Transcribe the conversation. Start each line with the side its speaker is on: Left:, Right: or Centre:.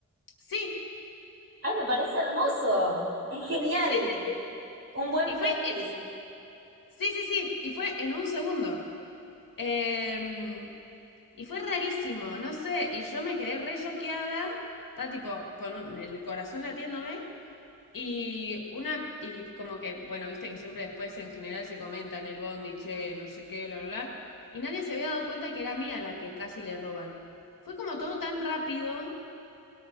Left: Sí,
Right: Ay, me parece hermoso. Es genial.
Left: sí, sí, sí.
Right: Un buen
Left: Y
Right: plot
Left: fue, en-
Right: twist.
Left: sí, sí, sí. Y fue en un segundo. Em, Y fue rarísimo, no sé, y yo me quedé re choqueada, estaba tipo con un- el corazón latiéndome y una y como que, bueno, viste que siempre después en general se comenta en el bondi, che, no sé qué, bla, bla, bla, y nadie se había dado cuenta que era mía la que casi le roban. Fue como todo tan rápido